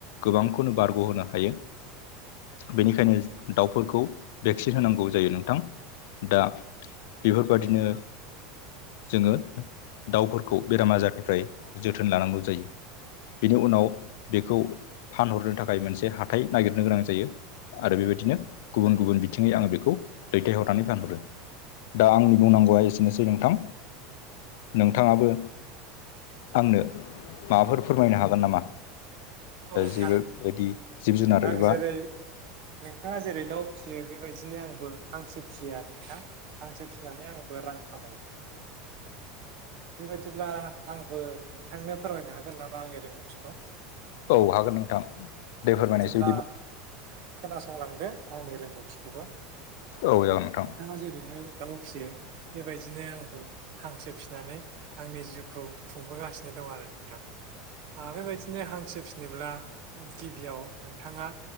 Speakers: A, on the left; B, on the right.
A: गोबांखौनो बारग' होनो हायो। बेनिखायनो दाउफोरखौ भेक्सिन होनांगौ जायो नोंथां दा बिफोरबादिनो जोङो दाउफोरखौ बेराम आजारनिफ्राय जोथोन लानांगौ जायो। बेनि उनाव बेखौ फानहरनो थाखाय मोनसे हाथाय नागिरनो गोनां जायो। आरो बेबायदिनो गुबुन गुबुन बिथिङै आङो बेखौ दैथायहरनानै फानहरो। दा आंनि बुंनांगौआ एसेनोसै नोंथां नोंथाङाबो आंनो माबाफोर फोरमायनो हागोन नामा
B: औ नोंथां
A: जेबो <unintelligible>
B: आं
A: एबा
B: जेरै नोंथाङा जेरै दाउ फिसियो बेबायदिनो आंबो हांसो फिसियो आरो नोंथां। हांसो फिनानै आंबो रां खामायो। बेबादिब्ला आंबो नोंथांनो फोरमायनो हागोन नामा आंनि रोंगौथिखौ?
A: औ हागोन नोंथां। दे
B: औ
A: फोरमायनायसै
B: बिदिब्ला खोनासंलांदो आंनि रोंगौथिखौबो।
A: औ जागोन नोंथां
B: नोंथाङा जेरैहाय दाउ फियो बेबायदिनो आंबो हांसो फिसिनानै आंनि जिउखौ खुंबोगासिनो दं आरो नोंथां। ओ बेबायदिनो हांसो फिनोब्ला गिबियाव नोंथाङा